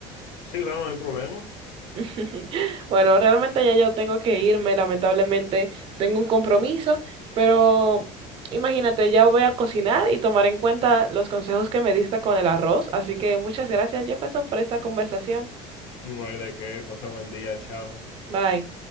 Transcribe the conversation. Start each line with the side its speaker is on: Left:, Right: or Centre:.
Left: Sí, claro, no hay problema.
Right: <laughs> Bueno, realmente ya yo tengo que irme, lamentablemente tengo un compromiso, pero imagínate, ya voy a cocinar y tomar en cuenta los consejos que me diste con el arroz, así que muchas gracias, Jefferson, por esta conversación.
Left: No hay de qué. Pasa buen día, chao.
Right: Bye.